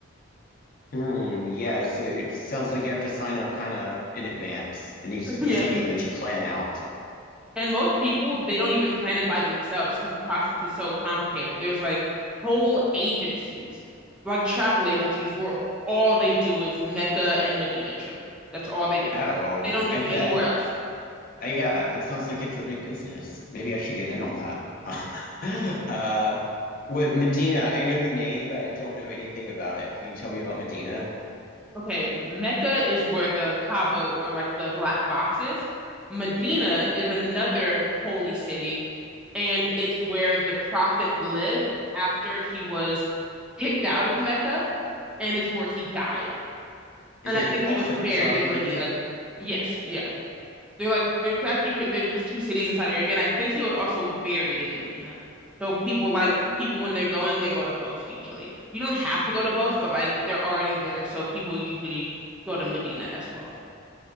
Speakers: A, on the left; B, in the centre.
A: Hmm, yeah, so it sounds like you have to sign up kind of in advance. It needs
B: <laughs>
A: to be
B: yeah,
A: something
B: you
A: that you plan out.
B: And most people, they don't even plan it by themselves because the process is so complicated. There's like whole agencies, like travel agencies, where all they do is Mecca and Medina trip. That's all they do.
A: Oh,
B: They don't
A: I
B: do
A: bet.
B: anywhere else.
A: Uh, yeah, that sounds like it's a big business. Maybe I should get in on that. <laughs> Uh, with Medina, I know the name, but I don't know anything about it. Can you tell me about Medina?
B: Okay, Mecca is where the Kaaba or like the black box is. Medina
A: Yeah.
B: is another holy city, and it's where the Prophet lived after he was kicked out of Mecca, and it's where he died.
A: Is
B: And
A: it
B: I think
A: also
B: he was buried
A: in Saudi
B: in
A: Arabia?
B: Medina. Yes, yeah. They're like they're practically pre- they're just two cities in Saudi Arabia, and I think he was also buried in Medina. So people like people when they're going, they go to both usually. You don't have to go to both, but like they're already there, so people usually go to Medina as well.